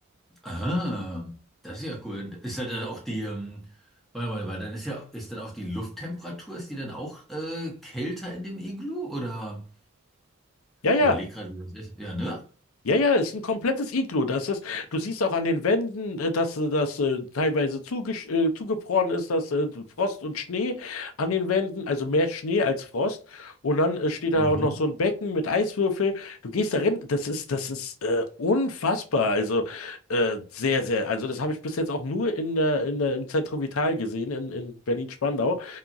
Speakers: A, in the centre; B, on the left.
A: Ah, das ist ja cool. Ist da dann auch die, ähm, warte mal, weil dann ist ja, ist dann auch die Lufttemperatur, ist die dann auch äh, kälter in dem Iglu? Oder
B: Ja, ja.
A: ich überleg gerade, wie das ist. Ja, ne?
B: Ja, ja, ist ein komplettes Iglu. Das ist, du siehst auch an den Wänden, äh, dass äh, das äh, teilweise zugesch- äh, zugefroren ist, dass äh, Frost und Schnee an den Wänden, also mehr Schnee als Frost. Und dann äh, steht da
A: Mhm.
B: auch noch so ein Becken mit Eiswürfel. Du gehst da rein, das ist, das ist äh, unfassbar. Also äh, sehr, sehr. Also das habe ich bis jetzt auch nur in der, in der, im Zentrum Vital gesehen, in, in Berlin-Spandau.